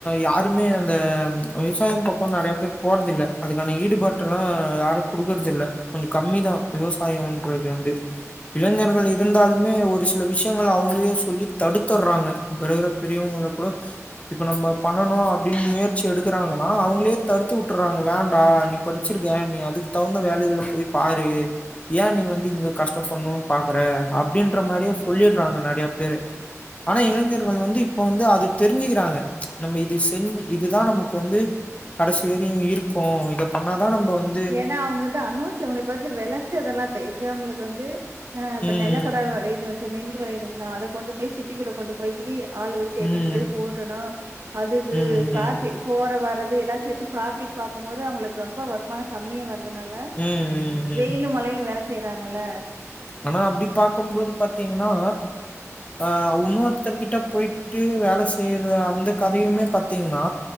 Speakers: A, on the left; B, on the right.
A: யாருமே அந்த விவசாயம் பக்கம் நிறைய பேர் போறதில்ல அதுக்கான ஈடுபாட்டல்லா யாரு குடுக்கறது இல்ல கொஞ்ச கம்மிதா விவசாயன்றது வந்து இளைஞர்கள் இருந்தாலுமே ஒரு சில விஷயங்கள் அவங்கலையே சொல்லி தடுத்தற்றாங்க பெரியவங்க கூட இப்ப நம்ப பண்ணனு அப்படின் முயற்சி எடுக்கறாங்கன்னா அவங்களே தடுத்து உட்றாங்க வேண்டா நீப்படி ச்சிருக்கே நீ அதுக்கு தகுந்த வேலைகள போய் பாரு ஏ நீ வந்து இங்க கஷ்டப்பண்ணுன் பாக்கற அப்டின்ற மாரியே சொல்லிற்றாங்க நறையா பேரு ஆனா இளைஞர்கள் வந்து இ ப்ப வந்து அது தெரிஞ்சிக்கிறாங்க நம்ம இது செஞ் இதுதா நமக் வந்து கடைசி வேரியு இருக்கு இத பண்ணாதா நம்ப வந்
B: ஏன்னா அவங்க வந்து அணுவச்சவங்கள பாத்து வெளஞ்சதெல்லா இப்ப எக்ஸாபுளுக்கு வந்து ஆ இப்ப
A: ம்
B: நெல்லக்கடல் வலையுது வச்சுக்க நெல்லு வலையுது வச்சுக்கோ அத கொண்டு போய் சிட்டிக்குள்ள கொண்டுப்போய்யி ஆள்ளு வெச்சு ஏத்திட்டு
A: ம்
B: போய் போடனு அதுக்கு
A: ம் ம்
B: பிராஃப்பிட் போரவரது எல்லா சேத்து ப்ராஃபிட் பாக்கும்போது அவங்களுக்கு ரொம்ப வருமானம் கம்மியா வர் அதனால
A: ம் ம் ம்
B: வெயிலு மழையிலு வேல செய்யறாங்கல்ல
A: ஆனா அப்டி பாக்கும்போது பாத்தீங்னா அ உன்னொருத்தர்கிட்ட போயிட்டு வேல செய்ற அந்த கதையுமே பாத்தீங்னா